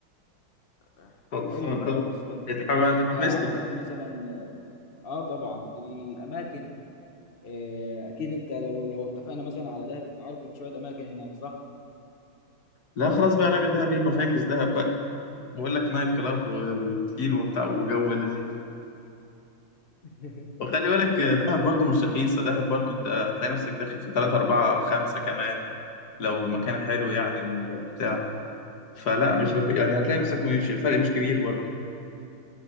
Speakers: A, on the left; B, on the left.
A: إح-
B: خلصان
A: حلو خالص
B: طب
A: حلو
B: اتحم-
A: طب انت
B: اتحمست
A: عندك
B: بصراحة.
A: مثلا اه طبعا الاماكن آه اكيد انت لو لو اتفقنا مثلا على دهب انت عارف ان شويه اماكن هناك صح
B: لا خلاص بقى الراجل ده بيبقى فاكس دهب بقى بقول لك نايت كلاب و-
A: خلاص
B: وسين وبتاع وجو لذيذ
A: <laughs>
B: وخلي بالك دهب برضو مش رخيصة دهب برضو انت هتلاقي نفسك داخل في تلاتة أربعة خمسة كمان لو مكان حلو يعني وبتاع فلا مش رخيص يعني هتلاقي نفسك مش الفرق مش كبير برضو